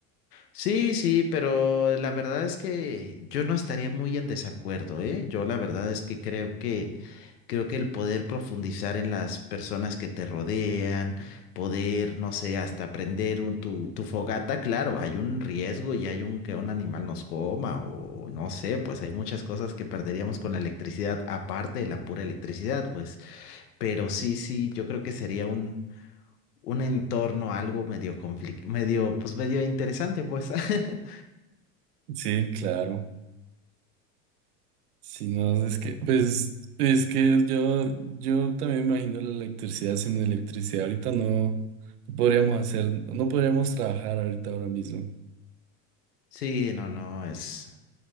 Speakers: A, on the left; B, on the right.
A: sí, sí, pero la verdad es que yo no estaría muy en desacuerdo, ¿eh? Yo la verdad es que creo que Creo que el poder profundizar en las personas que te rodean, poder, no sé, hasta prender un- tu, tu fogata, claro, hay un riesgo y hay un que un animal nos coma o no sé, pues hay muchas cosas que perderíamos con la electricidad, aparte de la pura electricidad, pues, pero sí, sí, yo creo que sería un, un entorno algo medio complicado, medio, pues medio interesante, pues. <laughs>
B: Sí, claro. Si no, es que, pues, es que yo, yo también me imagino la electricidad sin electricidad. Ahorita no no podríamos hacer, no podríamos trabajar ahorita ahora mismo.
A: Sí, no, no, es,